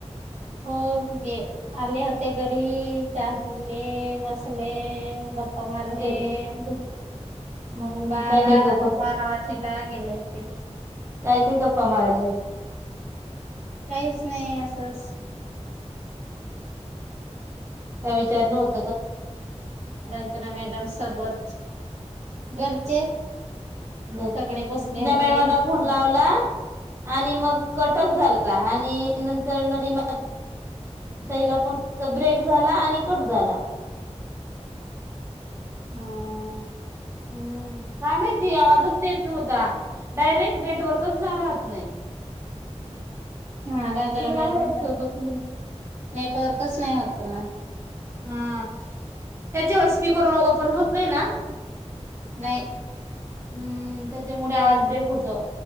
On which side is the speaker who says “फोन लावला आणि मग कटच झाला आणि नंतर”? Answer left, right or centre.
Right